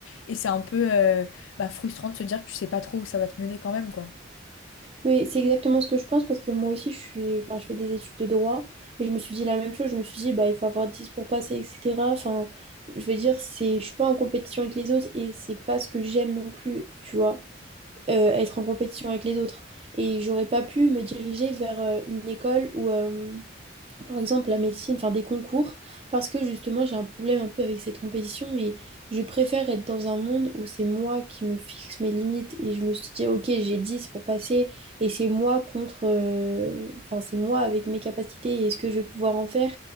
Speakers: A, on the left (about 80°); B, on the right (about 30°).
A: Et c'est un peu euh, bah, frustrant de se dire que tu sais pas trop où ça va te mener quand même, quoi.
B: Oui, c'est exactement ce que je pense parce que moi aussi, je suis, enfin, je fais des études de droit et je me suis dit la même chose. Je me suis dit, bah, il faut avoir 10 pour passer, etc. Enfin, je veux dire, c'est, je suis pas en compétition avec les autres et c'est pas ce que j'aime non plus, tu vois, euh, être en compétition avec les autres. Et j'aurais pas pu me diriger vers euh, une école où, euh, par exemple la médecine, enfin des concours, parce que justement j'ai un problème un peu avec cette compétition, mais je préfère être dans un monde où c'est moi qui me fixe mes limites et je me suis dit, ok, j'ai 10 pour passer et c'est moi contre, euh, enfin c'est moi avec mes capacités et ce que je vais pouvoir en faire